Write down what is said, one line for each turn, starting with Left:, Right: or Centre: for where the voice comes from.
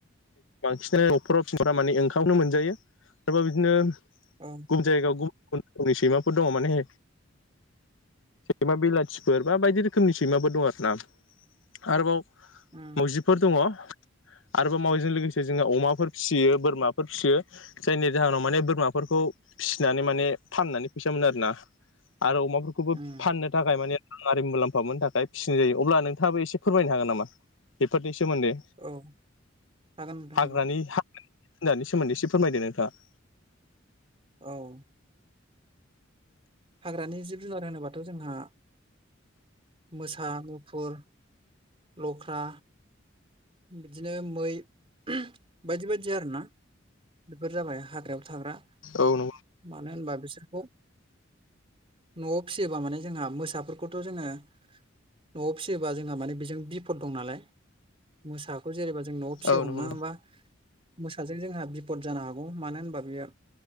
Left: बांसिनानो <unintelligible> ओंखामखौनो मोनजायो आरोबा बिदिनो
Right: औ
Left: गुबुन जायगायाव गुबुन गुबुन रोखोमनि सैमाफोर दङ माने सैमा बिलाथिफोर बा बायदि रोखोमनि सैमाफोर दं आरोना आरोबाव
Right: उम
Left: मावजिफोर दङ आरोबाव मावजिजों लोगोसे जोंङो अमाफोर फिसियो बोरमाफोर फिसियो जायनि जाहोनाव माने बोरमाफोरखौ फिसिनानै माने फाननानै फैसा मोनो आरो ना आरो अमाफोरखौबो
Right: उम
Left: फाननो थाखाय माने रांआरि मुलाम्फा मोनो थाखाय फिसिनाय जायो अब्ला नोंथाङाबो एसे फोरमायनो हागोन नामा बेफोरनि सोमोन्दै
Right: औ हागोन नोंथां
Left: हाग्रानि
Right: हागोन
Left: <unintelligible> नि सोमोन्दै एसे फोरमायदो नोंथाङा
Right: औ हाग्रानि जिब जुनार होनोबाथ' जोंहा मोसा मुफुर लख्रा बिदिनो मै बायदि बायदि आरोना बेफोर जाबाय हाग्रायाव थाग्रा
Left: औ नंगौ
Right: मानो होनबा बिसोरखौ न'आव फिसियोबा माने जोंहा मोसाफोरखौथ' जोङो न'आव फिसियोबा जोंहा माने बेजों बिफद दं नालाय मोसाखौ जेनेबा जों न'आव फियो
Left: औ नंगौ
Right: <unintelligible> बा मोसाजों जोंहा बिफद जानो हागौ मानो होनबा बियो